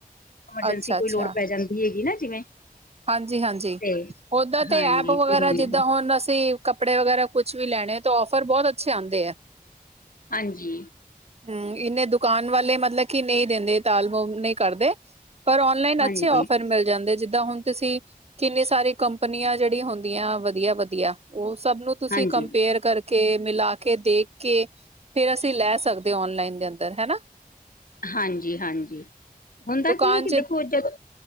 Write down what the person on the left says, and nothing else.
ਐਮਰਜੈਂਸੀ
ਕੋਈ
ਲੋੜ ਪੈ ਜਾਂਦੀ ਹੈਗੀ ਨਾ ਜਿਵੇਂ?
ਤੇ
ਹਾਂਜੀ
ਤੇ ਮੰਗ
ਹਾਂਜੀ।
ਹਾਂਜੀ
ਹਾਂਜੀ
ਹਾਂਜੀ-ਹਾਂਜੀ, ਹੁੰਦਾ
ਕੀ ਹੈ, ਕਿ
ਦੇਖੋ ਜਦੋ